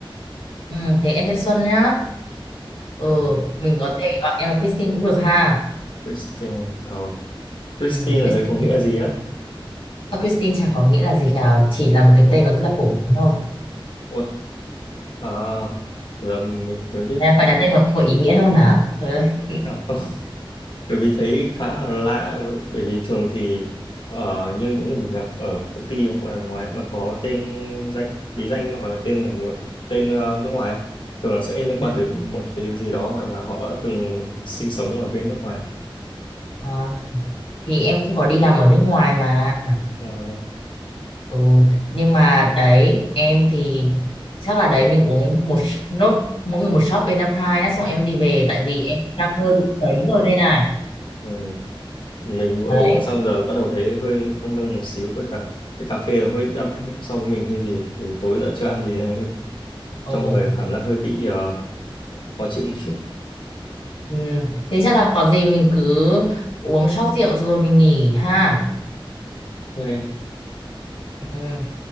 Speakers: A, on the left; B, on the left.
A: ừ, thế em tên Xuân nhá ừ
B: ừ,
A: mình có thể gọi em là Christine cũng được ha
B: Christine ờ,
A: ừ,
B: Christine ở
A: Christine
B: đây có nghĩa là gì á
A: à, Christine chẳng có nghĩa là gì cả chỉ là một cái
B: ừ.
A: tên nó rất là phổ biến thôi
B: ủa, à, giờ mình mới biết
A: À, phải đặt tên vào cũng có ý nghĩa hơn hả? Trời ơi.
B: à, không. bởi vì thấy khá là lạ với- bởi vì thường thì ở như những người mình gặp ở công ty hoặc là ngoài mà có tên danh bí danh hoặc là tên ở ngo- tên ờ, nước ngoài ấy, thường là sẽ liên
A: Ừ.
B: quan tới một cái gì đó hoặc là họ đã từng sinh sống ở bên nước ngoài
A: Ờ, thì em cũng có đi làm ở nước ngoài mà.
B: Ờ,
A: Ừ. Nhưng mà đấy, em thì chắc là đấy mình uống một sh- nốt mỗi người một shot b hai đó xong em đi về tại vì em đang hơi bị sấn rồi đây này.
B: ừ. mình vừa
A: Đấy.
B: uống xong giờ bắt đầu thấy hơi nâng nâng một xíu với cả cái cà phê hơi đậm so với mình hay gì bởi vì tối giờ chưa ăn gì nên hơi,
A: Ồ.
B: trong người cảm giác hơi bị ờ, khó chịu một chút
A: Ừ. Thế chắc là có gì mình cứ uống shot rượu rồi mình nghỉ ha.
B: ok
A: Ừ.